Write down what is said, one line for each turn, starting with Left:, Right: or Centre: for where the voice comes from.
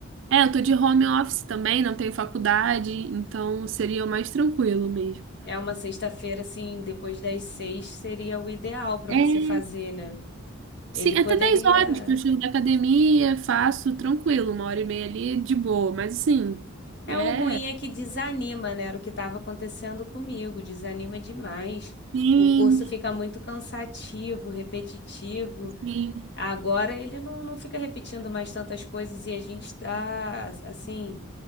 Right: É, eu tô de home office também, não tenho faculdade, então seria mais tranquilo mesmo.
Left: É uma sexta-feira assim, depois das seis seria o ideal para
Right: É,
Left: você fazer, né?
Right: Sim,
Left: Ele poderia
Right: até 10 horas que eu chego da academia, faço tranquilo, uma hora e meia ali de boa, mas assim,
Left: É
Right: é,
Left: o ruim é que desanima, né? Era o que estava acontecendo comigo, desanima demais.
Right: sim,
Left: O curso fica muito cansativo, repetitivo.
Right: sim,
Left: Agora ele não, não fica repetindo mais tantas coisas e a gente está, assim,